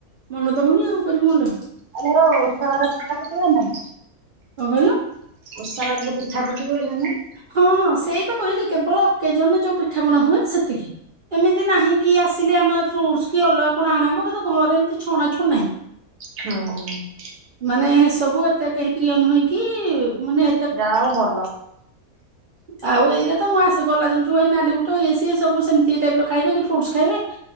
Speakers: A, on the right; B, on the right.
A: ମନ ତ ହଉନି ଆଉ କରିବି କଣ୍ଟେ ଆଉ।
B: ଆ ଯାହାର ଓଷା ବାର ପିଠା ପୁଠୀ ହୁଏ ନାଇଁ।
A: କଁ କହିଲ।
B: ଓଷା ବାରରେ ପିଠା ପୁଠୀ ହୁଏ ନା ନାଇଁ।
A: ହଁ ହଁ ସେଇ ବା କହିଲି କେବଳ ଅକେଜନ ରେ ଯୋଉ ପିଠାପଣା ହୁଏ ସେତିକି। ଏମିତି ନାହିଁ କି ଆସ ଲେ ଆମେ ଫ୍ରୁଟ୍ସ୍ କି ଅଲଗା କଣ ଆଣା ହେବ କିନ୍ତୁ ଘରେ ଏମିତି ଛଣା ଛୁଣୀ ନାହିଁ।
B: ହୁଁ।
A: ମାନେ ସବୁ ଏତେ କେହି ପ୍ରିୟ ନୁହେଁ କି ମାନେ
B: ଯାହା ହଉ ଭଲ।
A: ହଁ ଆଉ ଏଇରେ ତ ମୁଁ ଆ ଗଲା ଦିନ ଠୁଇ ନାଲି ବୁଟ ଇଏ ସିଏ ସବୁ ସେମିତି ଟାଇପ୍ ର ଖାଇବେ କି ଫ୍ରୁଟ୍ସ ଖାଇବେ।